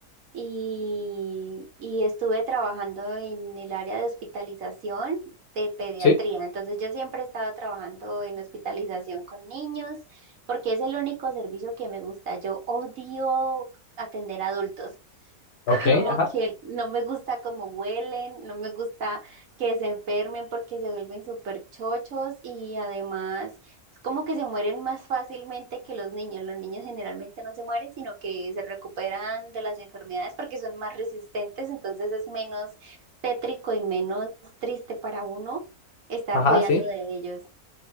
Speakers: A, on the right; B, on the left.
A: y, y estuve trabajando en el área de hospitalización de pediatría.
B: ¿Sí?
A: Entonces yo siempre he estado trabajando en hospitalización con niños porque es el único servicio que me gusta. Yo odio atender adultos.
B: Ok,
A: Como
B: ajá,
A: que no me gusta cómo huelen, no me gusta que se enfermen porque se vuelven súper chochos y además es como que se mueren más fácilmente que los niños. Los niños generalmente no se mueren, sino que se recuperan de las enfermedades porque son más resistentes, entonces es menos tétrico y menos triste para uno estar
B: ajá,
A: cuidando
B: sí.
A: de ellos.